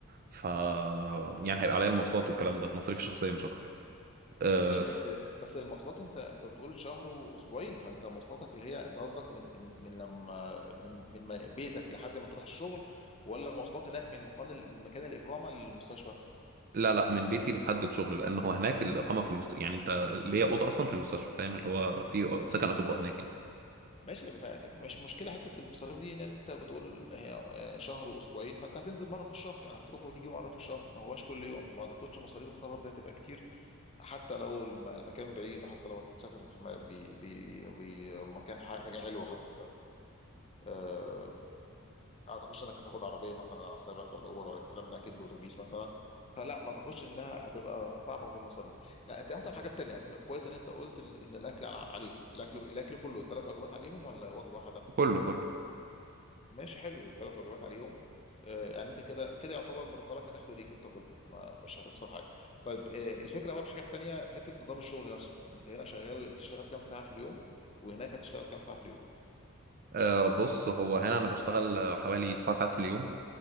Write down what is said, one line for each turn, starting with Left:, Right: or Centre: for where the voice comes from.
Right: ف يعني هيبقى عليا المواصلات والكلام ده مصاريف الشخصيه مش اكتر آه،
Left: ماشي بس بس المواصلات انت انت بتقول شهر واسبوعين فانت مواصلاتك اللي هي انت قصدك من من لما من من ما- بيتك لحد ما تروح الشغل ولا مواصلات هناك من مكان ال- من مكان الاقامه للمستشفى
Right: لا لا من بيتي لحد الشغل لان هو هناك الاقامه في المست... يعني انت ليا اوضه اصلا في المستشفى فاهم اللي هو في سكن اطباء هناك يعني
Left: ماشي ف- مش مشكله حته المصاريف دي ان انت بتقول هي شهر واسبوعين فانت هتنزل مره في الشهر يعني هتروح وتيجي مره في الشهر ما هواش كل يوم فما اعتقدش مصاريف السفر دي هتبقى كتير حتى لو الم- المكان بعيد وحتى لو هتسافر في م- بي- بي- بي- مكان ح- حاجه حلوه حتى آه، اعتقدش انك هتاخد عربيه مثلا على حسابك ولا اوبر ولا الكلام ده اكيد واتوبيس مثلا فلا ما اعتقدش انها هتبقى صعبه في المصاريف لا انت احسن حاجات تانية كويس ان انت قلت ال- ان الاكل على- عليهم الاكل الاكل كله الثلاث وجبات عليهم ولا وجبه واحده
Right: كله كله
Left: ماشي حلو الثلاث وجبات عليهم آه، يعني انت كده كده يعتبر مرتبك هتاخده ليك انت كله ما مش هتخسر حاجه طيب آه، الفكره بقى في حاجه تانية حته نظام الشغل نفسه انت هنا شغال بتشتغل كام ساعه في اليوم وهناك هتشتغل كام ساعه في اليوم
Right: آه بص هو هنا انا بشتغل حوالي 9 ساعات في اليوم